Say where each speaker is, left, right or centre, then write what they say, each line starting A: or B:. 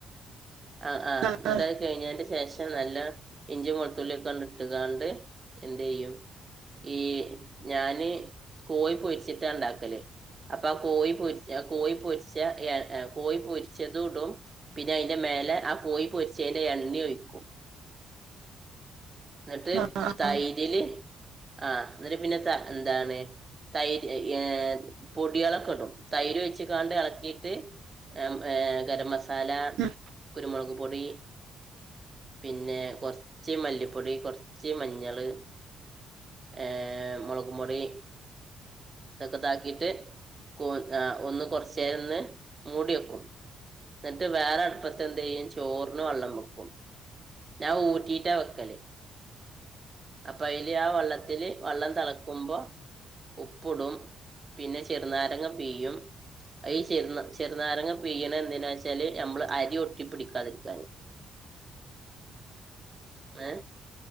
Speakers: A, on the right; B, on the right.
A: ആ ആ
B: ആഹ്
A: എന്നിട്ട കഴിഞ്ഞതിന്റെ ശേഷം പെ നല്ല ഇഞ്ചി കൊളത്തുള്ളി ഒക്കെ കണ്ട ഇട്ടതാണ്ട് എന്ത് ചെയെയ്യും. ഈ ഞാന് കോഴിപൊഴിച്ചിട്ടാ ഉണ്ടാക്കല്. അപ്പൊ ആ കോഴി പൊരിച്ച കോഴി പൊരിച്ച കോഴിപൊരിച്ചതും ഇടും പിന്നെ.. ന്റെ മേലെ ആ കോയി പൊരിച്ചേെ എണ്ണി ഒഴിക്കും. എന്നിട്ട്
B: ആഹ് ആഹ്
A: തൈരില്
B: ആഹ്
A: ആഹ എന്നിട്ട് പിന്നെ ത എന്താണ്. തൈര് ഏ പൊടിയാളക്കടും തൈര് ഒഴിച്ച്ങ്ങാണ്ട് എള കീട്ട്.. ർ ഏർ ഗരം മസാല
B: ഉം
A: കുരുമുളക് പൊടി പിന്നെ കൊറച്ച്മല്ലിപ്പൊടി കുറച്ച് മഞ്ഞള്. ഏർ മുളക് മുൊടി ഇതൊക്കെ താക്കിയിട്ട് ആ ഒന്ന് കുറച്ചരംന്ന് മൂടി വെക്കും എന്നിട്ട് വേറെ അടുപ്പ എന്ത ചെയ്യും ചോറിന് വെള്ളം വെക്കും ഞാൻ ഊട്ടിട്ടാ വെക്കല്. അപ്പ അതില് ആ വെള്ളത്തില് വള്ളം തളക്കുമ്പോ. ഉപ്പിടും പിന്നെ ചെറുനാരങ്ങ പീയും ചെറ ചെറുനാരങ്ങ പീ്യണ എന്ത വെച്ചല് നമ്മള് അരി. ഒട്ടിപ്പിടിക്കാതിരിക്കാൻആ